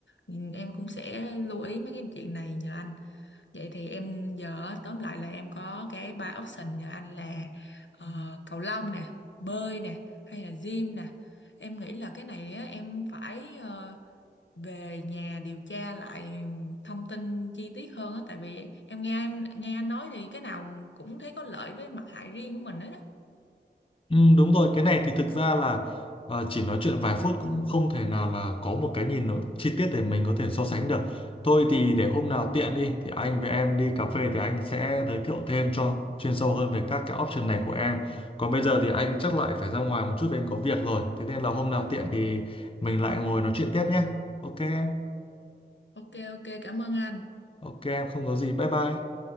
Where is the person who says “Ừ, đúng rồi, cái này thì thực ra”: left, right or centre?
Left